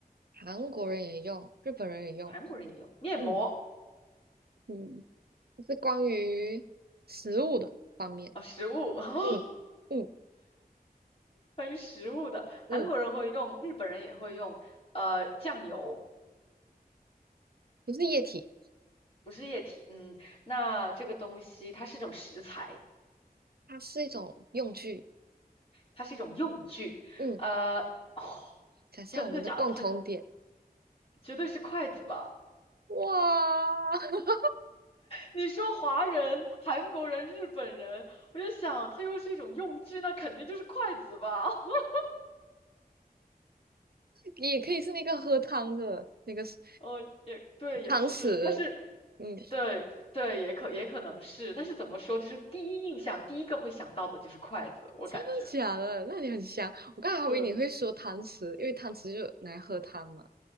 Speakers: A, on the right; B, on the left.
A: 韩国人也用，日本人也用。
B: 韩国人也用面膜
A: 嗯嗯，是关于食物的方面。
B: 啊，食物 <laughs>，
A: 嗯嗯
B: 关于食物的，韩国人会用，
A: 嗯，
B: 日本人也会用，呃，酱油
A: 不是液体，
B: 不是液体，嗯，那这个东西它是一种食材，
A: 它是一种用具。
B: 它是一种用具，
A: 嗯，
B: 呃，哦
A: 想象我们的共同点。
B: 真的假的？它绝对是筷子吧？
A: 哇，<laughs>
B: 你说华人、韩国人、日本人，我就想它又是一种用具，那肯定就是筷子吧？<laughs>
A: 也可以是那个喝汤的那个 s-
B: 呃，也对，也是，
A: 汤匙。
B: 但是，
A: 嗯，
B: 对对，也可也可能是，但是怎么说，就是第一印象，第一个会想到的就是筷子，我感觉。
A: 真的假的？那你很香。我刚才还以为你会说汤匙，
B: 对
A: 因为汤匙就拿来喝汤嘛。